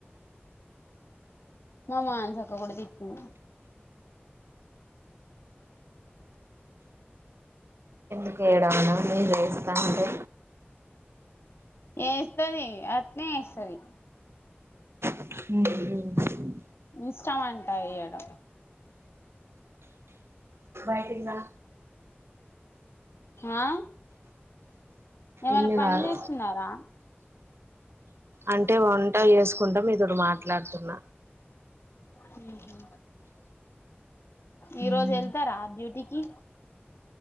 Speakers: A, on the left; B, on the right.
A: మా మానసక్క కూడ తిట్టింది
B: <unintelligible> మీరు ఏస్తాంటే
A: ఏస్తది అట్నే ఏస్తది.
B: హ్మ్ హు
A: ఇష్టం అంటా ఎయ్యడం.
B: అయిపోయిందా
A: ఆ ఏమైన
B: ఇల్లు
A: పని
B: కాదు
A: చేస్తున్నారా?
B: అంటే వంట చేసుకుంట మీతోటి మాట్లాడుతున్న.
A: హ్మ్ హు ఈ
B: ఉమ్,
A: రోజు ఎళ్తారా డ్యూటీకి?